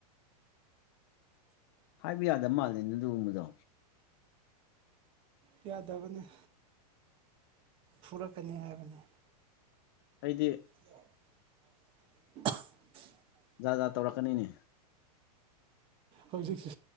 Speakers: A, on the left (about 35°); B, on the right (about 25°).
A: ꯍꯥꯏꯕ ꯌꯥꯗꯕ ꯃꯥꯜꯂꯦꯅ‌ꯦ ꯗꯨꯒꯨꯝꯕꯗꯣ
B: ꯌꯥꯗꯕꯅꯤ ꯐꯨꯔꯛꯀꯅꯤ ꯍꯥꯏꯕꯅꯤ
A: ꯑꯩꯗꯤ
B: <unintelligible>
A: ꯖꯥꯠ ꯖꯥꯠ ꯇꯧꯔꯛꯀꯅꯤꯅꯦ
B: ꯍꯧꯖꯤꯛꯁꯨ